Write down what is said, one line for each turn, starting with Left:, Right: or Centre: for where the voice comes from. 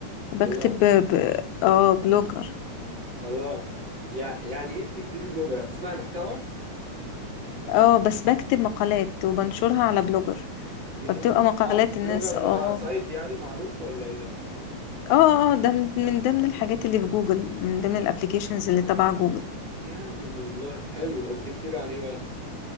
Left: بكتب
Right: الله
Left: ب... اه بلوجر
Right: الله يع- يعني ايه بتكتبي بلوجر يعني بتصنعي محتوى
Left: اه بس بكتب مقالات وبنشرها على بلوجر
Right: جامد
Left: فبتبقى مقالات
Right: اه بلوجر
Left: الناس
Right: ده
Left: اه
Right: سايت يعني معروف ولا ايه ده
Left: اه اه ده من من ضمن الحاجات اللي في جوجل من ضمن الابليكيشنز اللي
Right: اه
Left: تبع جوجل
Right: جامد والله حلو وبتكتبي عن ايه